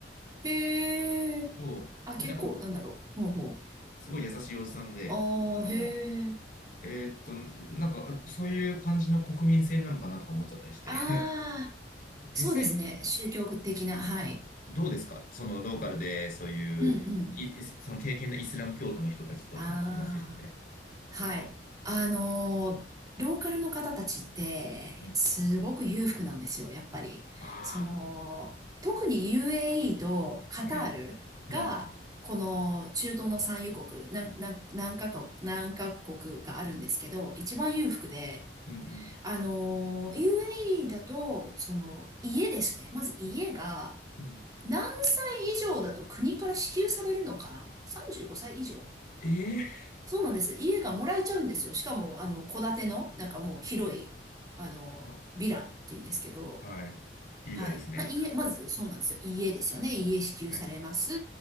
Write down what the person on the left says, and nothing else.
そう。
で、なんか、
うんすごい優しいおじさんで、
あの、
えーっと、なんか、そういう感じの国民性なのかなとか思っちゃったりして。
<laughs> 実際、
どうですかそのローカルで、そういう、
い、その経験のイスラム教徒の人たちとそのお話ししてて。
はい。
あ
あ、はい。うん、うん、
うん、
うん、うん。
うん
ええ
ー、
あはい。リーダーですね。
はい、